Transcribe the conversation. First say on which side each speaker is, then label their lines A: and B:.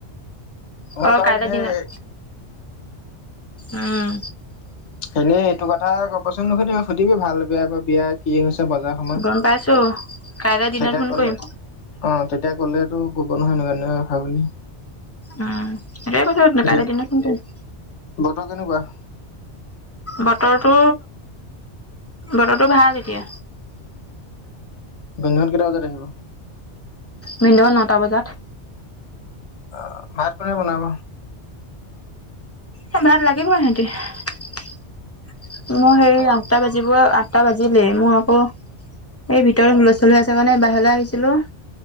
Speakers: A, on the left; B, on the left.
A: মই
B: অ
A: তাৰ
B: কাইলৈ
A: এনেই
B: দিনত উম,
A: এনেই এইটো কথা ক'বচোন সুধিবিচোন ভাল বেয়াৰ বিয়াত। কি হৈছে বজাৰ সমা
B: গম পাইছো কাইলে দিনত
A: তেতিয়া
B: ফোন
A: কলে।
B: কৰিম
A: অ তেতিয়া কলেতো ক'ব নহয় এনেকুৱা এনেকা কথা বুলি।
B: উম এতিয়া ফোন নকৰো
A: ভিন
B: কাইলে দিনত ফোন কৰিম।
A: বতৰ কেনেকোৱা।
B: বতৰটো বতৰটো ভাল এতিয়া।
A: ভিন্দৌ কেইটা বজাত আহিব।
B: ভিন্দৌ নটা বজাত,
A: অ ভাত কোনে বনাব।
B: এ ভাত লাগিব সিহঁতি মই হেৰি আঠটা বাজি, বৈ আঠটা বাজিলেই মোৰ আকৌ এই ভিতৰ সোলস্থোল হৈ আছে কাৰণে বাহিৰলৈ আহিছিলোঁ।